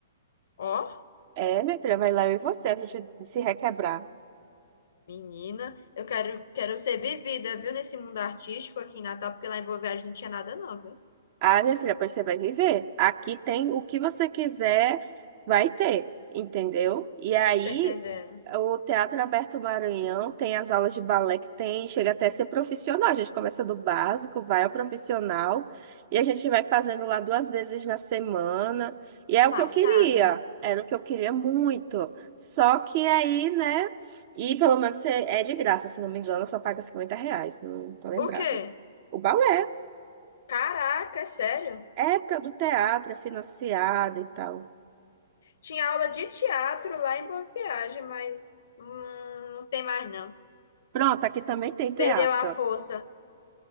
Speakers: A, on the left; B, on the right.
A: Ó,
B: É, minha filha, vai lá eu e você, a gente se requebrar.
A: menina, eu quero, quero ser vivida, viu, nesse mundo artístico aqui em Natal, porque lá em Boa Viagem não tinha nada não, viu?
B: Ah, minha filha, pois você vai viver. Aqui tem o que você quiser, vai ter, entendeu? E aí
A: Tô entendendo.
B: O Teatro Aberto Maranhão tem as aulas de balé que tem, chega até a ser profissional. A gente começa do básico, vai ao profissional e a gente vai fazendo lá duas vezes na semana. E é o
A: Passada.
B: que eu queria, era o que eu queria muito. Só que aí, né? E pelo menos é é de graça, se não me engano, só paga 50 reais, não tô lembrada.
A: O quê?
B: O balé,
A: Caraca, é sério?
B: época do teatro, é financiada e tal.
A: Tinha aula de teatro lá em Boa Viagem, mas hum, não tem mais não.
B: Pronto, aqui também tem teatro.
A: Perdeu a força.